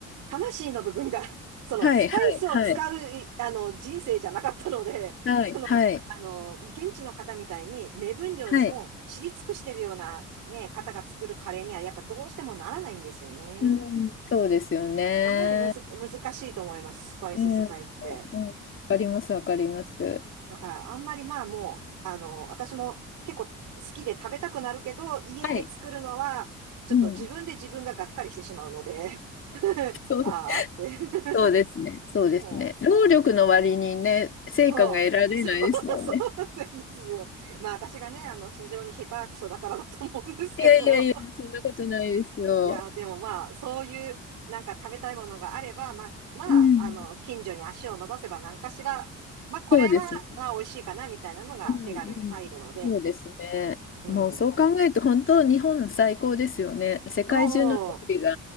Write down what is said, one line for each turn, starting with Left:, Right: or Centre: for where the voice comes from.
Right: 魂の部分が <laughs> その、
Left: はい、
Right: スパイスを使う、
Left: はい、はい、
Right: いあの、人生じゃなかったので、
Left: はい、
Right: <laughs> その、
Left: はい、
Right: あの、現地の方みたいに、目分量でもう知り尽くしてるような、
Left: はい。
Right: ね、方が作るカレーには、やっぱどうしてもならないんですよね。
Left: うん、そうですよね。
Right: かなりむず、難しいと思います、スパイス使いって。
Left: うん、うん、わかります、わかります。
Right: だから、あんまりまあもう、あの、私も結構好きで食べたくなるけど、家で作るのは、
Left: はい。
Right: ちょっと自分で自分ががっかりしてしまうので、
Left: うん、
Right: <laughs>
Left: そう、
Right: ああって
Left: そうですね、
Right: <laughs>
Left: そうですね。
Right: もう、
Left: 労力の割にね、成果が得られないですもんね。
Right: そう、そう、そうなんですよ。まあ私がね、あの、非常に下手くそだからだと思うんですけど、
Left: いやいやいや、そんなことないですよ。
Right: いや、でもまあ、そういう、なんか食べたいものがあれば、まあ、まあ、
Left: うん、
Right: あの、近所に足を伸ばせば何かしら、まあ、これは、
Left: そうですね。
Right: あ、美味しいかな、みたいなのが手軽に入るので、
Left: うん、うん、そうですね。
Right: うん。
Left: もうそう考えると、本当、日本最高ですよね。世界中の料理が
Right: そう、